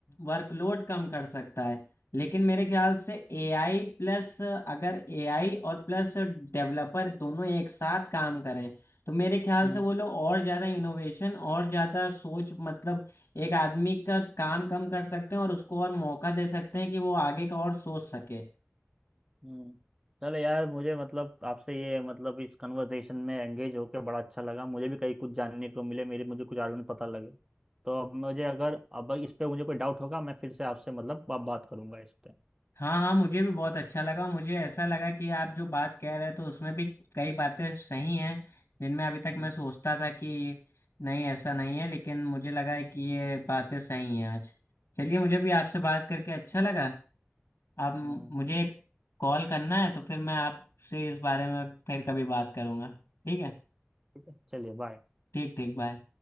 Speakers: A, on the left (about 85°); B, on the right (about 15°).
A: वर्कलोड कम कर सकता है लेकिन मेरे ख्याल से एआई प्लस अगर एआई और प्लस डेवलपर दोनों एक साथ काम करें तो मेरे ख्याल
B: हम्म,
A: से वो लोग और ज़्यादा इनोवेशन और ज़्यादा सोच मतलब एक आदमी का काम कम कर सकते हैं और उसको और मौका दे सकते हैं कि वो आगे का और सोच सके
B: हम्म। चलो यार मुझे मतलब आपसे ये मतलब इस कन्वर्सेशन में एंगेज होकर बड़ा अच्छा लगा मुझे भी कहीं कुछ जानने को मिले मेरे मुझे कुछ आर्गुमेंट पता लगे तो अब मुझे अगर अब इस पे मुझे कोई डाउट होगा मैं फिर से आपसे मतलब बा, बात करूंगा इस पे
A: हाँ हाँ मुझे भी बहुत अच्छा लगा मुझे ऐसा लगा कि आप जो बात कह रहे हैं तो उसमें भी कई बातें सही हैं जिनमें अभी तक
B: हम्म
A: मैं सोचता था कि नहीं ऐसा
B: हम्म
A: नहीं है लेकिन मुझे लगा है कि ये बातें सही हैं आज चलिए मुझे भी आपसे बात करके अच्छा लगा आप
B: हम्म।
A: मुझे कॉल करना है तो फिर मैं आपसे इस बारे में फिर कभी बात करूँगा ठीक है
B: ठीक है चलिए बाय
A: ठीक ठीक बाय